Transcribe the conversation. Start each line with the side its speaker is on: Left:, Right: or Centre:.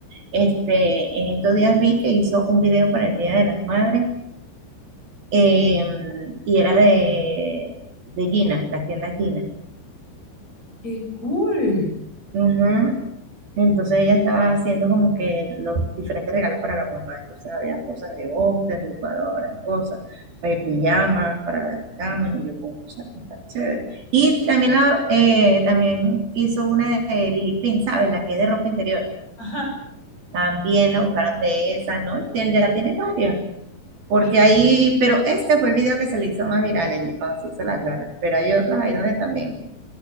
Right: Este, en estos días vi que hizo un video para el Día de las Madres eh, y era de, de Gina, las tiendas Gina.
Left: Qué cool.
Right: Ujú. Entonces ella estaba haciendo como que los diferentes regalos para la mamá. Entonces había cosas de boster, licuadoras, cosas, eh, pijamas para la cama, y yo como, o sea, está chévere. Y también, la, eh, también hizo una de Lily Pin, ¿sabes? La que es de ropa interior.
Left: Ajá.
Right: También la buscaron de esa, ¿no? Tiene- ya tiene varias. Porque
Left: Ah,
Right: ahí, pero este fue el video que se le hizo más viral, el de cuando se hizo las lolas. Pero hay otros ahí donde también,